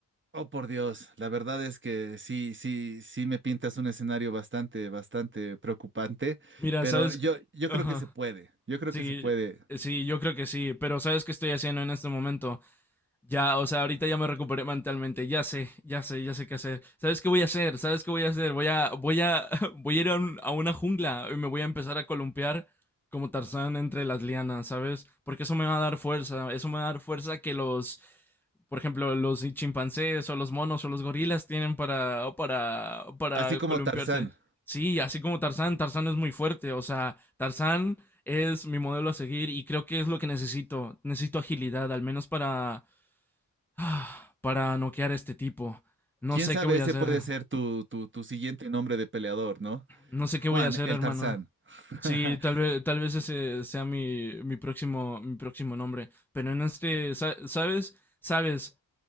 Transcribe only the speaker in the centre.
Mira,
¿sabes?
qué?
Ajá.
Sí,
sí, yo creo que sí, pero ¿sabes qué estoy haciendo en este momento? Ya, o sea, ahorita ya me recuperé mentalmente. Ya sé, ya sé, ya sé qué hacer. ¿Sabes qué voy a hacer? ¿Sabes qué voy a hacer? Voy a, voy a, <laughs> voy a ir a, un- a una jungla y me voy a empezar a columpiar como Tarzán entre las lianas, ¿sabes? Porque eso me va a dar fuerza. Eso me va a dar fuerza que los, por ejemplo, los chimpancés o los monos o los gorilas tienen para, para, para
columpiarse.
Sí, así como Tarzán, Tarzán es muy fuerte. O sea, Tarzán es mi modelo a seguir y creo que es lo que necesito. Necesito agilidad, al menos para <sighs> para noquear a este tipo. No
sé
qué voy
a hacer.
No sé
qué voy a hacer,
hermano.
Sí, tal vez, tal vez ese sea mi, mi próximo, mi próximo nombre. Pero en este, sa- ¿sabes? ¿Sabes?